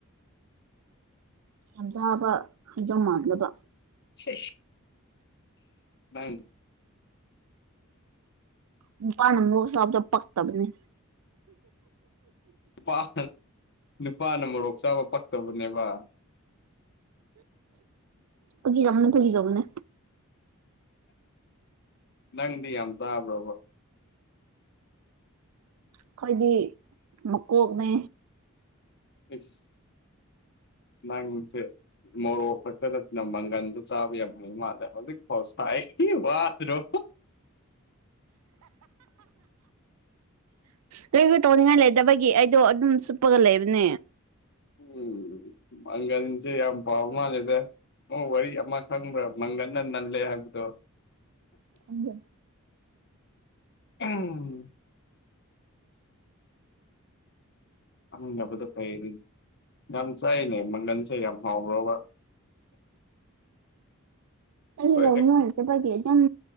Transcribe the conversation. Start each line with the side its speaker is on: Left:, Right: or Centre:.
Right: ꯌꯥꯝꯖꯥꯕ ꯍꯥꯏꯗꯣ ꯃꯥꯟꯗꯕ
Left: ꯁ ꯅꯪ
Right: ꯅꯨꯄꯥꯅꯥ ꯃꯣꯔꯣꯛ ꯆꯥꯕꯗꯣ ꯄꯛꯇꯕꯅꯦ
Left: ꯅꯨꯄꯥ ꯅꯨꯄꯥꯅ ꯃꯣꯔꯣꯛ ꯆꯥꯕ ꯄꯛꯇꯕꯅꯦꯕ
Right: ꯐꯥꯒꯤ ꯇꯧꯕꯅꯦ ꯐꯥꯒꯤ ꯇꯧꯕꯅꯦ
Left: ꯅꯪꯗꯤ ꯌꯥꯝ ꯆꯥꯕ꯭ꯔꯣꯕ
Right: ꯑꯩꯈꯣꯏꯗꯤ ꯃꯀꯣꯛꯅꯦ
Left: ꯏꯁ ꯅꯪ ꯁꯨ ꯃꯣꯔꯣꯛ ꯈꯛꯇ ꯅꯠꯇꯅ ꯃꯪꯒꯟꯗꯨ ꯆꯥꯕ ꯌꯥꯝ ꯍꯩ ꯃꯥꯜꯂꯦ ꯍꯧꯖꯤꯛ ꯐꯥꯎ ꯁꯥꯏꯔꯤ ꯋꯥꯗ꯭ꯔꯣ
Right: ꯀꯔꯤꯁꯨ ꯇꯧꯅꯤꯡꯉꯥꯏ ꯂꯩꯇꯕꯒꯤ ꯑꯩꯗꯣ ꯑꯗꯨꯝ ꯁꯨꯞꯄꯒ ꯂꯩꯕꯅꯦ
Left: ꯎꯝ ꯃꯉꯜ ꯁꯦ ꯌꯥꯝ ꯄꯝ ꯃꯜꯂꯦꯗ ꯑꯣ ꯋꯥꯔꯤ ꯑꯃ ꯈꯪꯕ꯭ꯔꯥ ꯃꯪꯒꯟꯅ ꯅꯜꯂꯦ ꯍꯥꯏꯕꯗꯣ
Right: ꯎ
Left: ꯎꯝ ꯑꯪꯕꯗ ꯐꯩ ꯌꯥꯝ ꯆꯥꯏꯅꯦ ꯃꯪꯒꯟꯁꯦ ꯌꯥꯝ ꯍꯥꯎꯕ꯭ꯔꯕ
Right: ꯑꯦ
Left: ꯍꯣꯏ
Right: ꯂꯝꯃ ꯍꯥꯏꯆꯦ ꯄꯒ ꯑꯗꯨꯝ